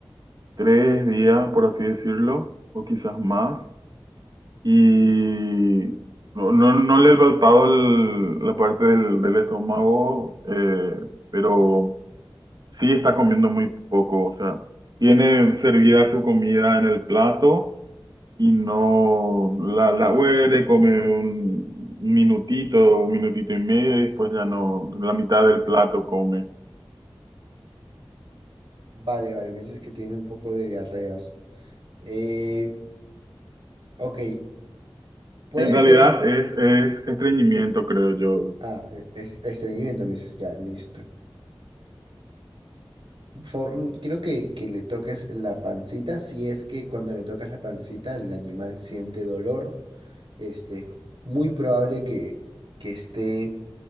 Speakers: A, on the right; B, on the right.
A: tres días, por así decirlo, o quizás más. y no, no, no le he palpado el- la parte del, del estómago, eh, pero sí está comiendo muy poco, o sea, tiene servida su comida en el plato y no la, la huele, come un minutito, un minutito y medio y después ya no, la mitad del plato come.
B: Vale, vale, me dices que tiene un poco de diarreas. Eh, ok, puede
A: En realidad
B: ser...
A: es, es estreñimiento, creo yo.
B: Ah, es- estreñimiento, me dices, ya, listo. For- mm, creo que, que le toques la pancita, si es que cuando le tocas la pancita el animal siente dolor, este, muy probable que, que esté